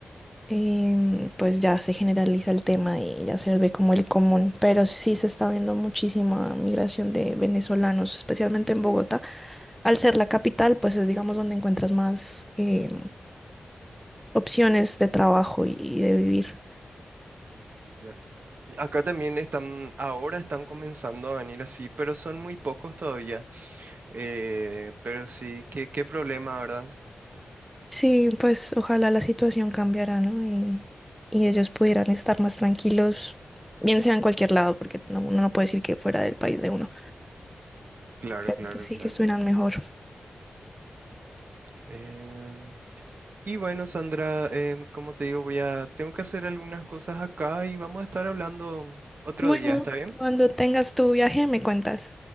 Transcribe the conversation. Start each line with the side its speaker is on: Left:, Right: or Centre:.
Centre: em, pues ya se generaliza el tema y ya se ve como el común. Pero sí se está viendo muchísima migración de venezolanos, especialmente en Bogotá al ser la capital, pues es, digamos, donde encuentras más eh, opciones de trabajo y, y, de vivir.
Right: Mm, Ya. Acá también están, ahora están comenzando a venir así, pero son muy pocos todavía. Eh, pero sí, qué, qué problema, ¿verdad?
Centre: Sí, pues ojalá la situación cambiara, ¿no? Y, y, ellos pudieran estar más tranquilos, bien sea en cualquier lado, porque no, uno no puede decir que fuera del país de uno,
Right: Claro,
Centre: pero
Right: claro,
Centre: que sí,
Right: claro.
Centre: que estuvieran mejor.
Right: Em, y bueno, Sandra, em, como te digo, voy a, tengo que hacer algunas cosas acá y vamos a estar hablando otro
Centre: Bueno,
Right: día, ¿está bien?
Centre: cuando tengas tu viaje me cuentas.